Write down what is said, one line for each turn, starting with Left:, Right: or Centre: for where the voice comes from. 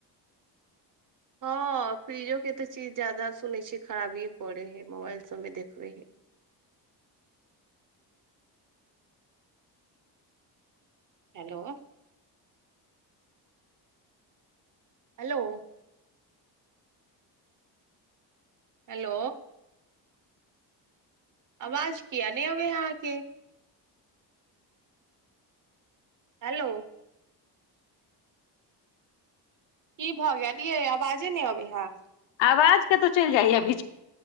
Right: हँ फ्रिजो के तऽ चीज जादा सुनै छियै खराबिए करे हय मोबाइल सबमे देखबै है। हेलो। हेलो। हेलो। आवाज कििया नहि अबे है अहाँके। हेलो। ई भऽ गेल ये आवाजे नहि अबै हे।
Left: मे, आवाज कतहु चलि जाइय बीच।